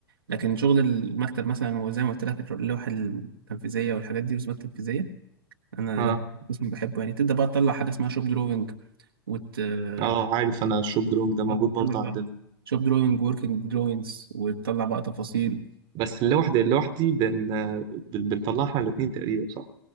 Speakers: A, on the right; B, on the right.
A: لكن شغل المكتب مثلا وزي ما قلت لك اللوحة التنفيذية والحاجات دي والرسومات التنفيذية أنا
B: اه
A: ده قسم بحبه يعني تبدأ بقى تطلع حاجة اسمها شوب دروينج وت آه،
B: اه عارف انا الشوب درونج ده موجود
A: تطلع
B: برضه
A: بقى
B: عندنا
A: شوب دروينج وركينج دروينجز وتطلع بقى تفاصيل
B: بس اللي لوحدي اللي لوحدي بن... بن- بنطلع احنا الاتنين تقريبا صح